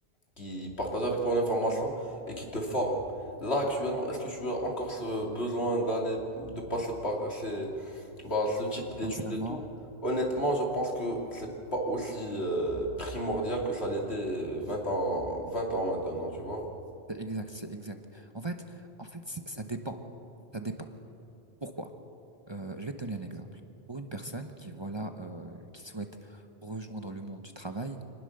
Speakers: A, on the left; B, on the right.
A: qui partagent avec toi l'information et qui te forment. Là, actuellement, est-ce que tu as encore ce besoin d'aller, de passer par ces, bah, ce type d'études
B: Sincèrement,
A: et tout, honnêtement, je pense que c'est pas aussi euh, primordial que ça l'était euh, 20 ans, 20 ans maintenant, tu vois.
B: C'est exact, c'est exact. En fait, en fait, c- ça dépend. Ça dépend. Pourquoi? Euh, je vais te donner un exemple. Pour une personne qui, voilà, euh, qui souhaite rejoindre le monde du travail,